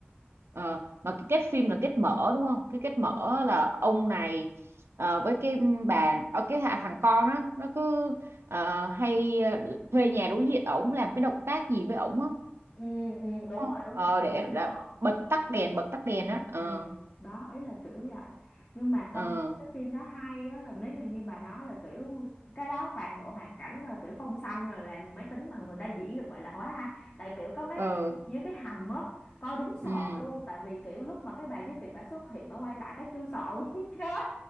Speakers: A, on the right; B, on the left.
A: Ờ, mà cái kết phim là kết mở đúng không? Cái kết mở là ông này ờ, với cái bà ở cái hạ- thằng con á nó cứ ờ, hay ờ, thuê nhà đối diện ổng làm cái động tác gì với ổng á
B: ừ, ừ
A: đúng
B: đúng
A: không?
B: rồi đúng
A: Ờ,
B: rồi cái
A: để,
B: kết mở
A: đã bật tắt đèn bật tắt đèn á ờ
B: Ừ, đó ý là kiểu vậy nhưng mà công
A: ờ
B: nhận cái phim đó hay á là nếu như như bà nói là kiểu cái đó toàn bộ hoạt cảnh là kiểu phong xanh rồi làm máy tính mà người ta diễn được vậy là quá hay tại kiểu có mấy
A: ờ
B: cái cảnh dưới cái hầm á coi đúng sợ
A: ừ
B: luôn tại vì kiểu lúc mà cái bà giúp việc bà xuất hiện bà quay lại cái tôi sợ muốn <laughs> chết